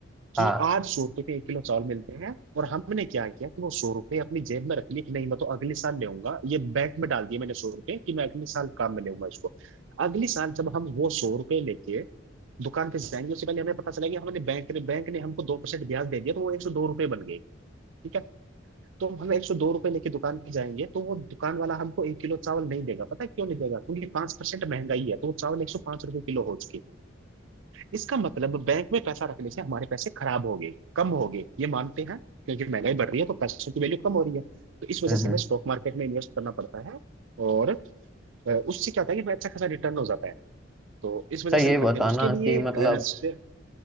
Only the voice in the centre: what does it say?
हाँ
हम्म
हम्म।
तो ये
बताना
कि
मतलब